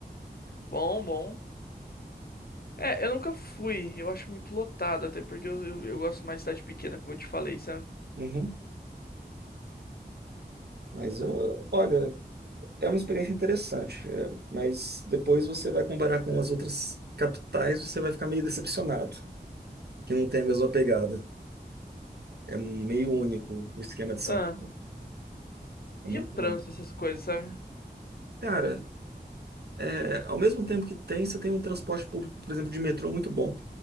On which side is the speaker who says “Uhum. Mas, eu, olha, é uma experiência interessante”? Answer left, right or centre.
Right